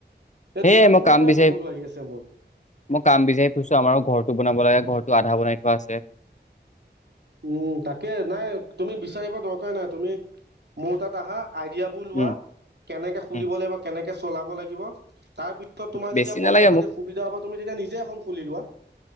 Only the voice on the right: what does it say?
এই
দোকানখনৰ
পৰাই
সকলো আহি আছে মোৰ।
উম, তাকে। নাই, তুমি বিচাৰিব দৰকাৰ নাই। তুমি মোৰ তাত আহা আইডিয়াবোৰ লোৱা
কেনেকে খুলিব
লাগিব, কেনেকে চলাব লাগিব, তাৰ পাছত তোমাৰ
যেতিয়া পইচা-পাতি
সুবিধা হ'ব তুমি তেতিয়া নিজে এখন খুলি লোৱা।